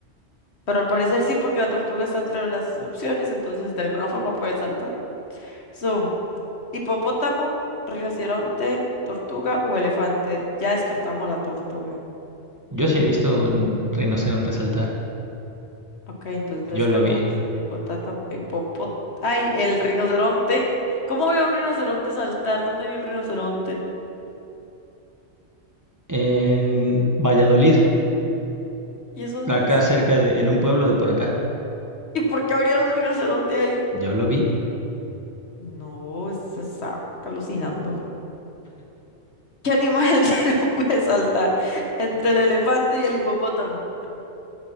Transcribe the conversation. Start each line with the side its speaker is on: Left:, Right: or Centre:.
Left: Pero al parecer sí, porque la tortuga está entre las opciones, entonces de alguna forma pueden saltar. Son Hipopótamo, rinoceronte, tortuga o elefante. Ya descartamos la tortuga.
Right: Yo sí he visto un rinoceronte saltar.
Left: Ok, entonces descartamos
Right: Yo lo vi
Left: el hipotátamo- hipopó- Ay, el rinoceronte. ¿Cómo veo un rinoceronte saltar? ¿Dónde hay un rinoceronte?
Right: en Valladolid,
Left: ¿Y eso dónde
Right: acá
Left: es?
Right: cerca de, en un pueblo de por acá.
Left: ¿Y por qué habría un rinoceronte ahí?
Right: Yo lo vi.
Left: No, se está alucinando. ¿Qué animal <laughs> no puede saltar entre el elefante y el hipopótamo?